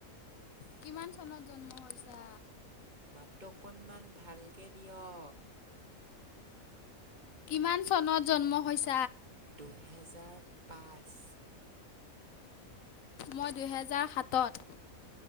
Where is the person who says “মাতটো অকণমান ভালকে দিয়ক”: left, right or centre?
Right